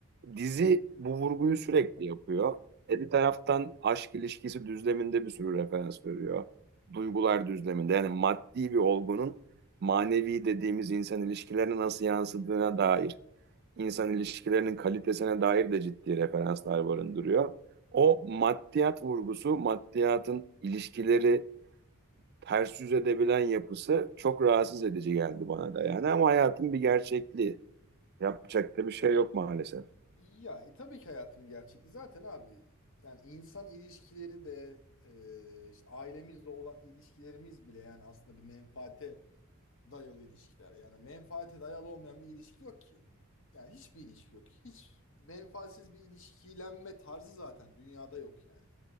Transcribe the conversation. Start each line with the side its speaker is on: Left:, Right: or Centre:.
Right: Dizi bu vurguyu sürekli yapıyor. E bir taraftan aşk ilişkisi düzleminde bir sürü referans veriyor. Duygular düzleminde yani maddi bir olgunun manevi dediğimiz insan ilişkilerine nasıl yansıdığına dair, insan ilişkilerinin kalitesine dair de ciddi referanslar barındırıyor. O maddiyat vurgusu, maddiyatın ilişkileri ters yüz edebilen yapısı çok rahatsız edici geldi bana da yani ama hayatın bir gerçekliği. Yapacak da bir şey yok maalesef.
Left: Ya e, tabii ki hayatım gerçekliği zaten abi yani insan ilişkileri de e, işte ailemizle olan ilişkilerimiz bile yani aslında bir menfaate dayalı ilişkiler. Yani menfaate dayalı olmayan bir ilişki yok ki. Yani hiçbir ilişki yok. Hiç menfaatsiz bir ilişkilenme tarzı zaten dünyada yok yani.